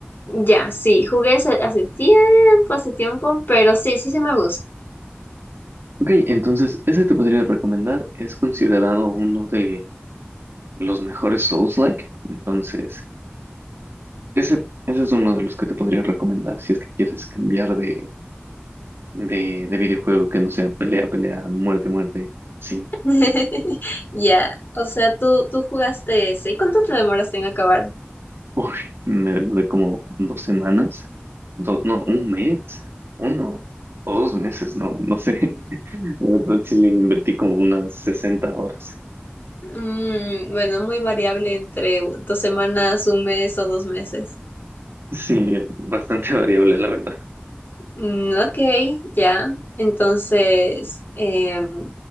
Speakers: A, on the left (about 55°); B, on the right (about 70°).
A: Ya, sí, jugué hace hace tiempo, hace tiempo, pero sí, sí se me gusta.
B: Ok, entonces, ese te podría recomendar. Es considerado uno de los mejores Souls-like. Entonces, Ese, ese es uno de los que te podría recomendar si es que quieres cambiar de, de, de videojuego que no sea pelea, pelea, muerte, muerte. Sí.
A: <laughs> Ya, O sea, tú, tú jugaste ese. ¿Y cuánto te demoraste en acabar?
B: Uy, me demoré como dos semanas. do- no, un mes. Uno o dos meses, no, no sé. <laughs> La verdad sí le invertí como unas sesenta horas.
A: Mm, bueno, muy variable entre dos semanas, un mes o dos meses.
B: Sí, bastante variable, la verdad.
A: Mm, ok, ya. Entonces, em,